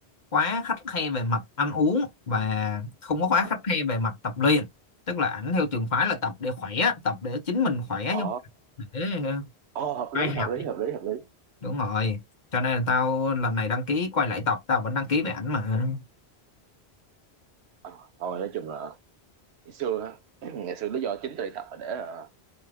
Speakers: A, on the left; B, on the right.
A: quá khắt khe về mặt ăn uống và không có quá
B: À,
A: khắt khe về mặt tập luyện tức là ảnh theo trường phái là tập để khỏe tập để chính mình khỏe
B: Ồ,
A: chứ không phải để ờ,
B: ồ hợp
A: vai
B: lý,
A: hạp
B: hợp lý, hợp lý, hợp lý.
A: đúng rồi cho nên là tao lần này đăng ký quay lại tập tao vẫn đăng ký về ảnh mà
B: Ờ, thôi nói chung là ngày xưa á, ngày xưa lý do chính tôi đi tập là để ờ,